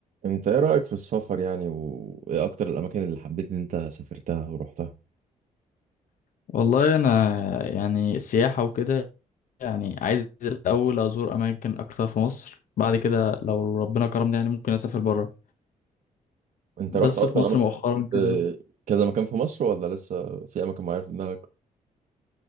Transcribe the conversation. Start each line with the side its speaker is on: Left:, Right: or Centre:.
Right: انت ايه رأيك في السفر يعني وايه اكتر الاماكن اللي حبيت ان انت سافرتها ورحتها
Left: والله انا يعني السياحه وكده يعني عايز الاول ازور اماكن اكتر في مصر بعد كده لو ربنا كرمني يعني ممكن اسافر بره
Right: انت
Left: بس
Right: رحت اصلا
Left: في مصر
Right: اماكن
Left: مؤخرا
Right: اه،
Left: كده
Right: كذا مكان في مصر ولا لسه في اماكن معينة في دماغك